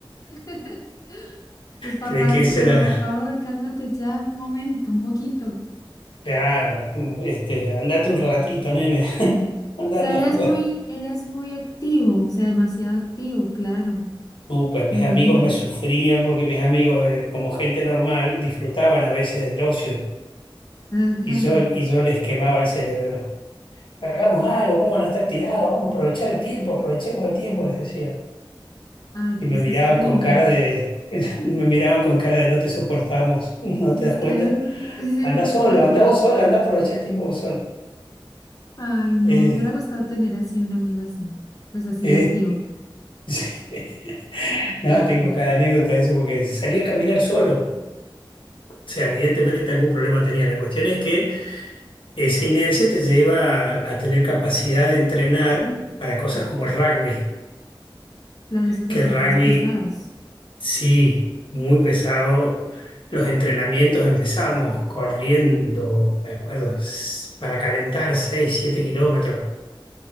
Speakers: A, on the left; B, on the left.
A: <laughs> Tus papás,
B: Creí que ese
A: pero
B: era
A: por favor, cálmate ya un momento, un poquito. O
B: Claro, este, andate un ratito, nene. <laughs> Anda,
A: sea,
B: anda
A: eres
B: a jugar.
A: muy, eres muy activo, o sea, demasiado activo, claro,
B: Súper, mis
A: me imagino.
B: amigos me sufrían porque mis amigos, eh, como gente normal, disfrutaban a veces del ocio
A: Ah, claro.
B: y yo, y yo les quemaba el cerebro. Hagamos algo, ¿cómo van a no estar tirados? Vamos a aprovechar el tiempo, aprovechemos el tiempo, les decía.
A: Ay, pero
B: Y me
A: eso
B: miraban
A: es súper
B: con
A: genial.
B: cara de, <laughs> me miraban con cara de no te soportamos, <laughs> ¿no
A: Es
B: te das
A: que,
B: cuenta?
A: ah, <laughs> dices,
B: Anda
A: por
B: solo,
A: favor.
B: anda vos solo, anda a aprovechar el tiempo vos solo.
A: Ay, no,
B: Eh,
A: me hubiera gustado tener así un amigo así, pues así
B: Es,
A: de activo.
B: <laughs>
A: Entonces,
B: No, tengo cada anécdota de eso porque salí a caminar solo. O sea, evidentemente algún problema tenía. La cuestión es que esa inercia te lleva a, a tener capacidad de entrenar para cosas como el rugby,
A: Claro, esos
B: que
A: deportes
B: el rugby
A: pesados.
B: sí, muy pesado. Los entrenamientos empezamos corriendo, me acuerdo, s- para calentar seis, siete kilómetros.